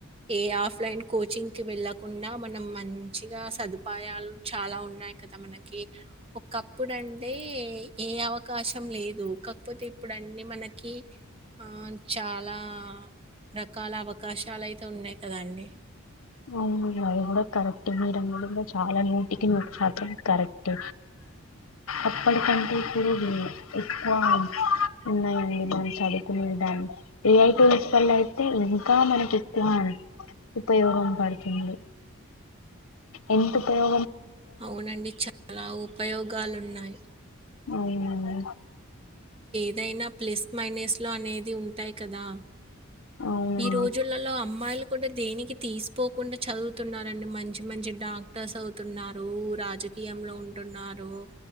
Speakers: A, on the right; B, on the left.
A: ఏ ఆఫ్లైన్ కోచింగ్కి వెళ్ళకుండ మనం మంచిగా సదుపాయాలు చాలా ఉన్నాయి కదా మనకి. ఒకప్పుడు అంటే ఏ అవకాశం లేదు కాకపోతే ఇప్పుడు అన్ని మనకి ఆ చాలా రకాల అవకాశాలు అయితే ఉన్నాయి కదా అండి.
B: అవును అది కూడా కరెక్ట్ ఎ మీరన్నది కూడ చాలా నూటికి నూటి శాతం కరెక్ట్. అప్పటికంటే ఇప్పుడు ఎక్కువ ఉన్నాయండి దాని చదువుకునే దాన్ని. ఏఐ టూల్స్ వల్ల అయితే ఇంకా మనకి ఎక్కువ ఉపయోగం పడుతుంది ఎంత ఉపయో
A: అవునండి చాలా ఉపయోగాలు ఉన్ న్నాయి
B: అవునా అండి
A: ఏదైనా ప్లస్ మైనస్లో అనేది ఉంటాయి కదా
B: అవునండి
A: ఈ రోజులలో అమ్మాయిలు కూడా దేనికి తీసిపోకుండా చదువుతున్నారండి మంచి మంచి డాక్టర్స్ అవుతున్నారు రాజకీయంలో ఉ వుంటున్నారు